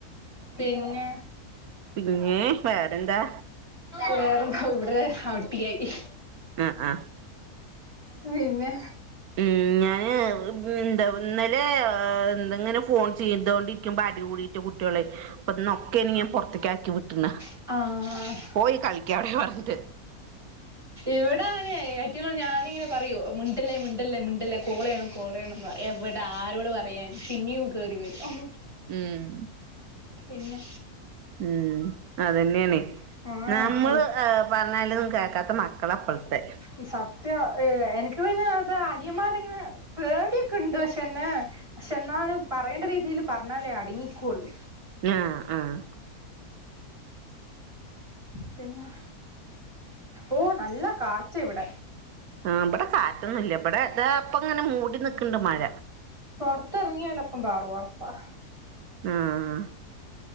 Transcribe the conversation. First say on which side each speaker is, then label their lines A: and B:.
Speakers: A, on the right (about 20°); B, on the right (about 75°).
A: പിന്നെ
B: പിന്നെ വേറെന്താ
A: വേറെന്താ ഇവിടെ അടിയായി
B: ആഹ് ആഹ്
A: പിന്നെ
B: ഉം ഞാന് <unintelligible> എന്താ ഇന്നലെ <unintelligible> ഫോൺ ചെയ്തോണ്ടിക്കുമ്പ അടികൂടിയിട്ട് കുട്ടികളെ അപ്പൊ ഇന്നൊക്കെ പുറത്തേക്ക് ആക്കി വിട്ടുണ
A: ആഹ് ആഹ്
B: പോയി കളിക്കാ അവിടെ പറഞ്ഞിട്ട്
A: ഇവിടെ അഹ് ഞാനിങ്ങനെ പറയോ മുണ്ടല്ലേ മുണ്ടല്ലേ മുണ്ടല്ലേ കോള് ചെയണം കോള് ചെയ്യണന്ന് പറ എവിടെ ആരോട് പറയാൻ പിന്നെയ കേറി വരും
B: ഉം
A: പിന്നെ
B: ഉം അതന്നെയാണ്
A: ആ
B: നമ്മള് പറഞ്ഞാലും ഒന്നും കേൾക്കാത്ത മക്കള അപ്പഴത്തെ
A: ഈ സത്യം ഏഹ് എനിക്ക് പിന്നെ അത് അനിയന്മാരെങ്ങനെ പേടിയൊക്കെ ഉണ്ട് പക്ഷെ എന്നെ പക്ഷെ എന്നാലും പറയേണ്ട രീതിൽ പറഞ്ഞാലേ അടങ്ങിക്കുള്ളു
B: <unintelligible> ആഹ്
A: പിന്നെ ഓ നല്ല കാറ്റ് ഇവിടെ
B: ആഹ് ഇവിടെ കാറ്റൊന്നും ഇല്ല ഇവിടെ ഇതാ അപ്പം ഇങ്ങനെ മൂടി നിക്കണ്ട് മഴ
A: പൊറത്ത്റങ്ങിയാലപ്പം പാറു ഒറപ്പാ
B: ആഹ്